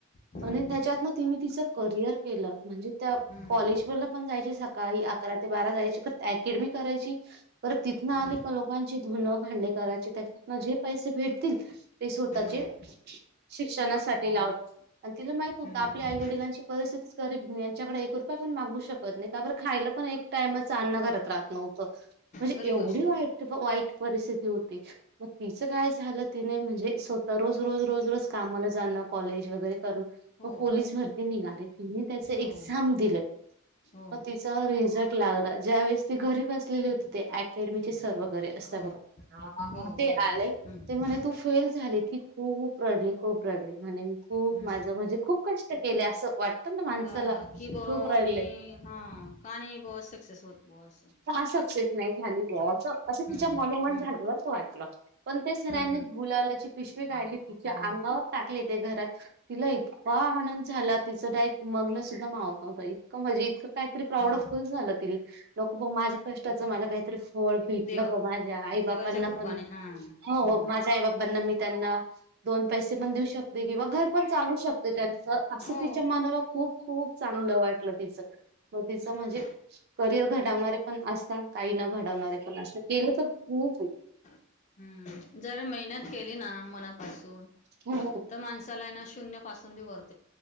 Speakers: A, on the left; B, on the right.
A: हम्म
B: आणि त्याच्यात तिने तिच करियर केलं म्हणजे त्या
A: हम्म
B: कॉलेज व पण जाय सकाळी. अकरा ते बारा जायची अकेडमी करायची पर तिथन आली
A: हम्म
B: का लोकांची धुन भांडी. करा त्याच्या जे पैसे भेटतील ते स्वतःचे
A: हम्म
B: शिक्षणासाठी. ते लाव आणि तिला माहित न होतं
A: हम्म
B: आपल्या आई वडलांची परिस्थितीगरीब आहे.. ी यांच्याकडे एक रुपय पण मागू शकत नाही का बर खायला पण एक टामच अन्न घरात राहत नव्हतं. म्हणजे
A: खरी
B: एवढी
A: गोष्ट
B: वाईट
A: आहे ना
B: वाईट परिस्थिती होती मग तिच काय झालं तिने म्हणजे. स्वतः रोज रोज रोज रोज कामाला जाणं कॉलेज वगैरे.
A: हो
B: मग पोलीस भरती निघाली तनी त्याच एक्झाम
A: हो
B: दिलं.
A: हो
B: मग तिचा रिझल्ट लागला ज्या वेळेस ती घरी बसलेली होती ते अकॅडमीची सर्व. वगैरे अस
A: हो
B: ब
A: हो
B: ते
A: बरोबर
B: आय
A: हम्म
B: म्ह तू फेल झाले की खूप रडली. खूप रडली मग. खूप
A: हम्म
B: माज म्हणजे खूप कष्ट केले असं वाटत ना माणसाला
A: हा कि बुवा
B: खूप राहिले..
A: मी हा का नाही बुवा सक्सेस होत बुवा असं
B: का सक्सेस नाही झाली ब अस असं
A: हम्म
B: तिच्या मनोमन
A: हम्म
B: झालं. बर वाटलं पण त्या सऱ्यांनी
A: हम्म
B: गुलालाची पिशवी काढली तिच्या. अंगावर टाकले ते घरात तिला इतका आनंद झाला तिचं डायट मगन सुद्धा मावत नव्हतं. म्हणजे इतकं काहीतरी प्राऊड
A: मग
B: फीलल झालं ति लको माझ्या कष्टाचं मला काहीतरी. होळ भेटलं
A: देवा
B: प माझ्या आई बापांना
A: देवाच्या कृपाने
B: पण
A: हा हम्म
B: हो माझ्या आई बापांना मी. त्यांना दोन पैसे पण देऊ शकते किंवा घर. पण चालू शकत त्यांच असं
A: हो
B: तिच्या मनाला खूप खूप चांगलं वाटलं तिच मग तिच
A: हम्म
B: जे करिअर घडवणारे पण असतात. पण काही न घडवणारे असतात मत केले तर खूप होईल.
A: हम्म जर मेहनत केली ना मनापासून
B: हो
A: तर माणसाला आहे ना शून्य पासूनी वरतो.